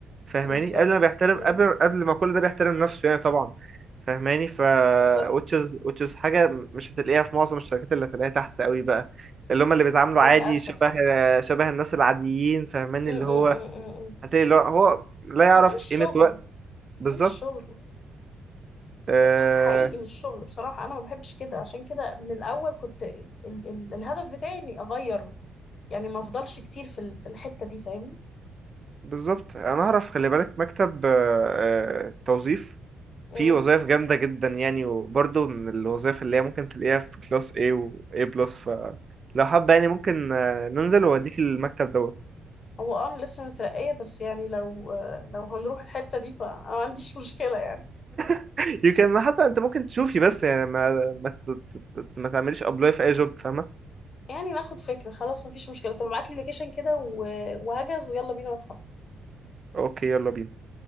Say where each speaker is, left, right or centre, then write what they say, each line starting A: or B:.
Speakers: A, on the right; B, on the left.
A: فاهماني
B: بالظبط
A: قبل ما بيحترم
B: مم،
A: قبل قبل ما كل ده بيحترم نفسه يعني طبعا فاهماني ف
B: بالظبط
A: which is which is حاجه مش هتلاقيها في معظم الشركات اللي هتلاقيها تحت قوي بقى اللي هم اللي بيتعاملوا
B: للاسف
A: عادي شبه شبه الناس العاديين فاهماني
B: م-
A: اللي
B: م-
A: هو
B: م- م- م.
A: هتلاقي اللي هو هو لا يعرف
B: ما ده مش
A: قيمه
B: شغل
A: وقت بالظبط
B: ده مش شغل
A: آه،
B: ده بح- حقيقي مش شغل بصراحة أنا ما بحبش كده عشان كده من الأول كنت ال ال الهدف بتاعي إني أغير يعني ما أفضلش كتير في ال- في الحتة دي فاهمني؟
A: بالظبط انا اعرف خلي بالك مكتب آه، آه، توظيف
B: مم.
A: فيه وظائف جامده جدا يعني وبرضه من الوظائف اللي هي ممكن تلاقيها في كلاس A و A بلس فلو حابه يعني ممكن آه، ننزل واديك المكتب دوت
B: هو أه أنا لسه مترقية بس يعني لو آه، لو هنروح الحتة دي فأنا ما عنديش مشكلة يعني
A: <laughs> يمكن حتى انت ممكن تشوفي بس يعني ما ما ت- ت- ت- ما تعمليش ابلاي في اي جوب فاهمه
B: يعني ناخد فكرة خلاص ما فيش مشكلة طب ابعتلي اللوكيشن كده و- وهجز ويلا بينا نتحرك
A: اوكي يلا بينا